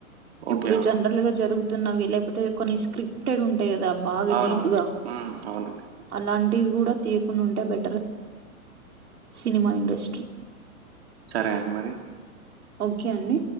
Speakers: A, on the right (about 75°); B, on the right (about 45°).
A: ఇప్పుడు
B: ఓకే అవును
A: జనరల్ గా జరుగు తున్నా లేకపోతే కొన్ని స్క్రిప్టెడ్ ఉ టె కదా బాగా
B: అవునవును
A: డీప్ గా
B: ఉమ్, అవునండి
A: అలాం టివి కూడా తీయకుండాంటే బెటర్ సినిమా ఇండస్ట్రీ
B: సరే అండి మరి
A: ఓకే అండి